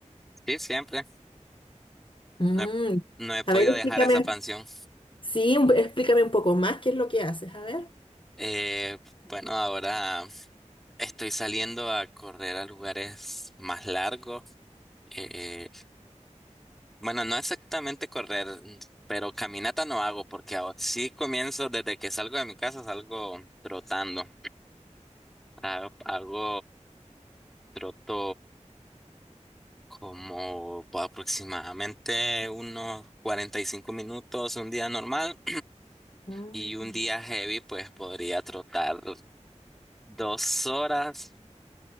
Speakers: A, in the centre; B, on the left (about 45°).
A: Sí, siempre.
B: Mm,
A: No he, no he podido
B: A ver, explícame,
A: dejar esa pansión.
B: sí, un- explícame un poco más qué es lo que haces, a ver.
A: Eh, bueno, ahora estoy saliendo a correr a lugares más largos. Eh, bueno, no exactamente correr, pero caminata no hago porque ahora sí comienzo desde que salgo de mi casa, salgo trotando. Hago, hago troto como aproximadamente unos 45 minutos un día normal.
B: Mm.
A: Y un día heavy, pues podría trotar dos horas.